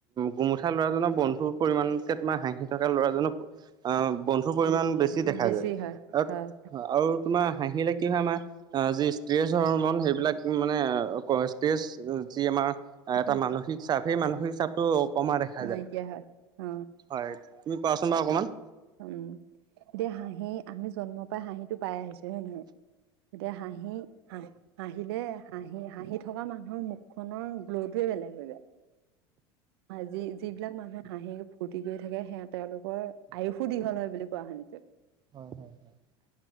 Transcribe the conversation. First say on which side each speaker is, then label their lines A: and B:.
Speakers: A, on the right; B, on the right.
A: গোমোঠা ল'ৰাজনৰ বন্ধুৰ পৰিমাণতকৈ তোমাৰ হাঁহি থকা ল'ৰাজনৰ বন্ধু ৰ পৰিমাণ
B: উম
A: বেছি দেখা যায়।
B: হয়
A: আৰু
B: হয়
A: আৰু তোমাৰ হাঁহিলে কি হয় আমাৰ আ যি ষ্ট্ৰেজ হ'ৰমন সেইবিলাক মানে ষ্ট্ৰেজ যি আমাৰ এটা
B: উম
A: মানসিক চাপ সেই মানসিক চাপটো কমা দেখা
B: নাইকিয়া
A: যায়,
B: হয় অ
A: হয়। তুমি কোৱাচোন বাৰু অকণমান।
B: উম এতিয়া হাঁহি আমি জন্ম পৰাই হাঁহিটো পাই আহিছো হয়নে নহয়? এতিয়া হাঁহি হাহ হাঁহিলে হাঁহি হাঁহিত থকা মানুহৰ মুখনৰ গ্ল'টোৱে বেলেগ হৈ যায়। আৰু যি যিবিলাক মানুহে হাঁহি ফূৰ্তি কৰি থাকে সেয়া তেওঁলোকৰ আয়ুসো দীঘল হয় বুলি কোৱা হয় বুলি কোৱা শুনিছো।
A: হয় হয় হয়